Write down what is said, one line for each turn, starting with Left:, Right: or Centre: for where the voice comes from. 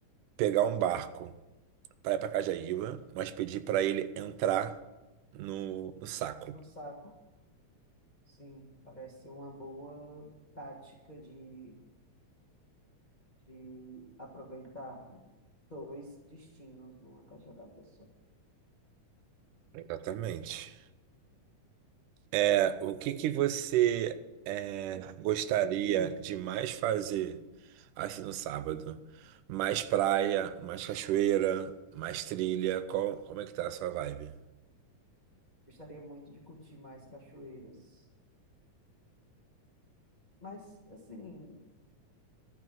Right: pegar um barco. para ir para Cajaíba, mas pedi para ele entrar no, no saco.
Left: No saco. Sim, parece ser uma boa tática de de aproveitar dois destinos numa caixa d'água só.
Right: Exatamente. É, o que que você é, gostaria de mais fazer assim no sábado? Mais praia, mais cachoeira, mais trilha? Qual, como é que tá a sua vibe?
Left: Gostaria muito de curtir mais cachoeiras. Mas, assim, não